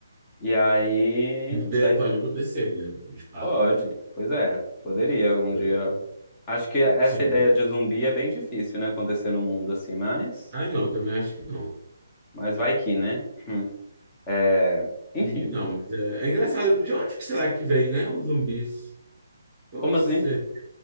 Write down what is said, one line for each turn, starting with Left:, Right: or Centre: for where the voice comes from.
Left: E aí,
Right: É,
Left: aí
Right: pode acontecer, né? De fato.
Left: pode. Pois é, poderia um
Right: Então,
Left: dia. Acho que essa
Right: sim.
Left: ideia de zumbi é bem difícil, né, acontecer no mundo assim, mas
Right: Ah, não, eu também acho que não.
Left: mas vai que, né? Hum. É, enfim.
Right: Zumbi não, mas é, é engraçado. De onde que será que vem, né? Os zumbis. Qual
Left: Como
Right: que isso
Left: assim?
Right: é?